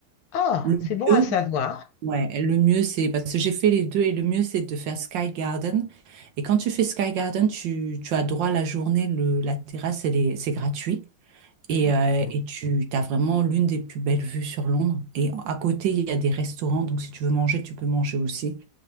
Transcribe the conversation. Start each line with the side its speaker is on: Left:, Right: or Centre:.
Left: Ah,
Right: Le
Left: c'est bon
Right: mieux,
Left: à savoir.
Right: ouais, le mieux c'est parce que j'ai fait les deux et le mieux c'est de faire Sky Garden. Et quand tu fais Sky Garden, tu, tu as droit à la journée, le, la terrasse, elle est, c'est gratuit. Et,
Left: Ok.
Right: euh, et tu as vraiment l'une des plus belles vues sur Londres. Et à côté, il y a des restaurants, donc si tu veux manger, tu peux manger aussi.